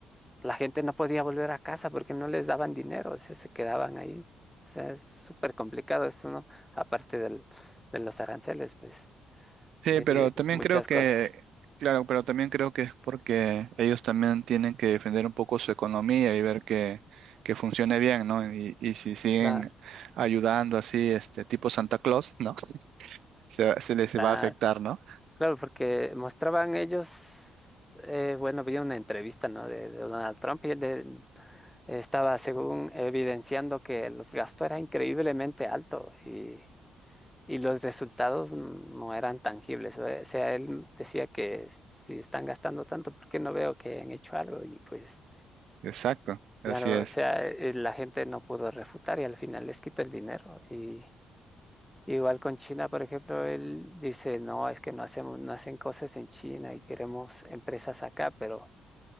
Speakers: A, in the centre; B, on the right.
A: la gente no podía volver a casa porque no les daban dinero, o sea, se quedaban ahí. O sea, es súper complicado esto, ¿no? Aparte del, de los aranceles, pues,
B: Sí,
A: eh,
B: pero también
A: muchas
B: creo que,
A: cosas.
B: claro, pero también creo que es porque ellos también tienen que defender un poco su economía y ver que, que funcione bien, ¿no? Y, y si siguen
A: La-
B: ayudando así, este tipo Santa Claus, ¿no? <laughs> Se, se les
A: la-
B: va a afectar, ¿no?
A: claro, porque mostraban ellos, eh, bueno, había una entrevista, ¿no? De, de Donald Trump y él de- estaba, según, evidenciando que el gasto era increíblemente alto y y los resultados no eran tangibles. O sea, él decía que si están gastando tanto, ¿por qué no veo que han hecho algo? Y pues,
B: Exacto, así
A: claro,
B: es.
A: o sea, eh, la gente no pudo refutar y al final les quitó el dinero. Y igual con China, por ejemplo, él dice, no, es que no hacemos, no hacen cosas en China y queremos empresas acá, pero